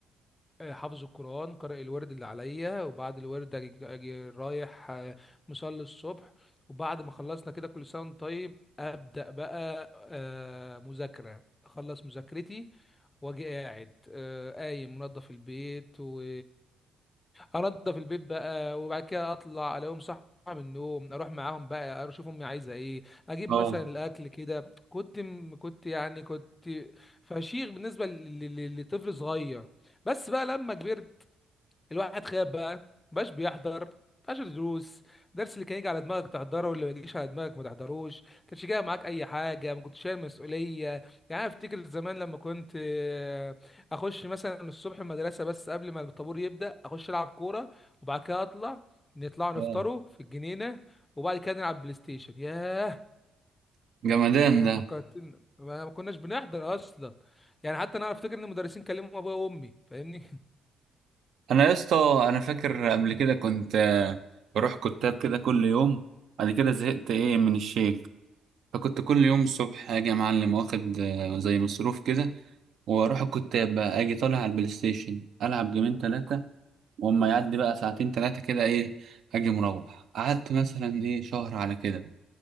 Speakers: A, on the left; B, on the right.
A: آه، حافظ القرآن قارئ الورد اللي عليا وبعد الورد أجي أجي رايح آه، مصلي الصبح وبعد ما خلصنا كده كل سنة وأنت طيب أبدأ بقى آه، مذاكرة أخلص مذاكرتي واجي قاعد آه، قايم منظف البيت و انضف البيت بقى وبعد كده اطلع الاقيهم صح من النوم اروح معاهم بقى اشوف امي عايزه ايه اجيب مثلا
B: آه
A: الاكل كده كنت م- كنت يعني كنت فشيخ بالنسبه ل- ل- ل- لطفل صغير بس بقى لما كبرت الواحد خاب بقى مبقاش بيحضر مبقاش دروس الدرس اللي كان يجي على دماغك تحضره واللي ما يجيش على دماغك ما تحضروش كانش جاي معاك اي حاجه ما كنتش شايل مسؤوليه يعني انا افتكر زمان لما كنت آه، اخش مثلا الصبح المدرسه بس قبل ما الطابور يبدا اخش العب كوره وبعد كده اطلع نطلع نفطروا
B: آه
A: في الجنينه وبعد كده نلعب بلاي ستيشن ياه
B: جمدان
A: يعني
B: ده
A: فكرت إن- ما كناش بنحضر اصلا يعني حتى انا افتكر ان المدرسين كلموا ابويا وامي فاهمني <laughs>
B: أنا يا اسطى أنا فاكر قبل كده كنت آه، بروح كتاب كده كل يوم بعد كده زهقت إيه من الشيخ فكنت كل يوم الصبح أجي يا معلم واخد آه، زي مصروف كده وأروح الكتاب بقى أجي طالع على البلاي ستيشن ألعب جيمين تلاتة وأما يعدي بقى ساعتين تلاتة كده إيه أجي مروح قعدت مثلا إيه شهر على كده